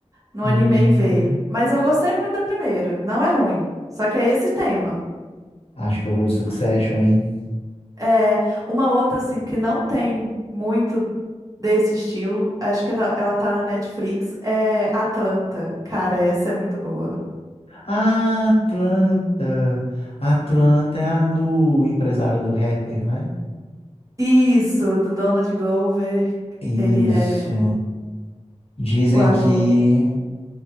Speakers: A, on the right (about 30°); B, on the left (about 55°).
A: Não
B: Hum,
A: animei ver, mas eu gostei muito da primeira, não é ruim. Só que é esse tema.
B: acho que eu vou de Succession, hein?
A: É uma outra assim que não tem muito desse estilo, acho que ela ela tá na Netflix, é Atlanta. Cara, essa é muito boa.
B: Ah, Atlanta. Atlanta é a do empresário do rapper, né?
A: Isso, do Donald Glover.
B: Isso.
A: Ele é
B: Dizem
A: o ator.
B: que